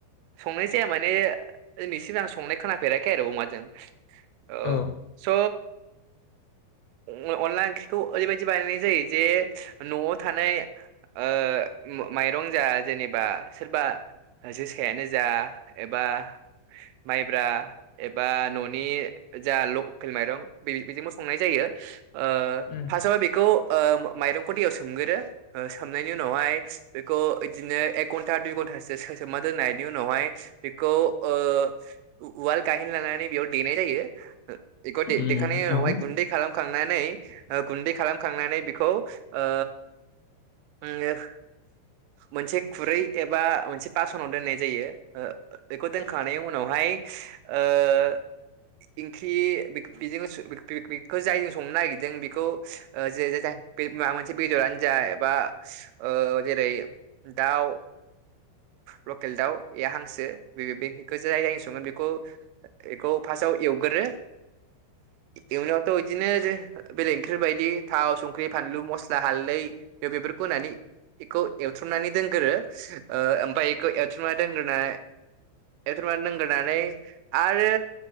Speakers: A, on the right (about 85°); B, on the left (about 85°).
A: संनाय जाया माने दिनैसिम आं संनाय खोनाफेराखै आरो अमाजों। ओ
B: औ
A: स' अनला ओंख्रिखौ ओरैबायदि बानायनाय जायो जे न'आव थानाय ओ मा-माइ रं जा जेनेबा सोरबा जोसायानो जा एबा माइब्रा एबा न'नि जा लकेल माइरं बे बेजोंबो संनाय जायो ओ
B: उम
A: फार्सआवहाय बेखौ ओ माइ माइरंखौ दैआव सोमगोरो ओ सोमनायनि उनावहाय बेखौ इदिनो एक घन्टा दुइ घन्टा सो सोम ना दोननायनि उनावहाय बेखौ ओ उवाल गाइहेन लानानै बेयाव देनाय जायो ओ एखौ दे-देखांनायनि
B: उम
A: उनावहाय
B: औ
A: गुन्दै खालामखांनानै ओ गुन्दै खालामखांनानै बेखौ ओ ओ मोनसे खुरै एबा मोनसे बास'नाव दोननाय जायो ओ बेखौ दोनखांनायनि उनावहाय ओ इंख्रि बेखो बेजों-बे-बेखौ जायजों संनो नागिरदों बेखौ ओ जे जे जाय बे माबा मोनसे बेदरानो जा एबा ओ जेरै दाउ लकेल दाउ एया हांसो बे बे बेखौ जाय जाय सङो बेखौ बेखौ फार्स्टाव एवगोरो एवनायावथ' इदिनो बेले ओंख्रि बायदि थाव संख्रि फानलु मस्ला हालदै बे-बेफोरखौ होनानै इखौ एवथ्रमनानै दोनगोरो ओमफाय एखौ एवथ्रमनानै दोनगोरना एवथ्रमनानै दोनगोरनानै आरो